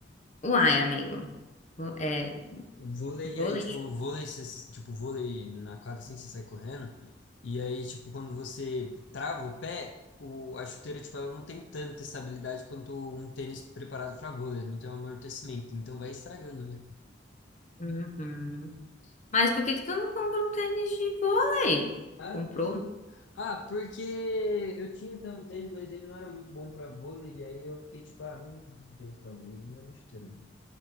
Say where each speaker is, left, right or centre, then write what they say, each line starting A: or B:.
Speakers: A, on the left (about 40°); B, on the left (about 80°).
A: Uai, amigo. Vo- É,
B: Vôlei,
A: vôlei.
B: e aí, tipo, vôlei, você, tipo, vôlei na quadra assim, você sai correndo, e aí, tipo, quando você trava o pé, o, a chuteira, tipo, ela não tem tanta estabilidade quanto um tênis preparado para vôlei, não tem um amortecimento, então vai estragando, né?
A: Uhum. Mas por que que tu não comprou um tênis de vôlei?
B: Ah,
A: Comprou?
B: depois eu. Ah, porque eu tinha até um tênis, mas ele não era muito bom para vôlei, e aí eu fiquei tipo, ah, não vou comprar um tênis para vôlei, não era chuteira mesmo.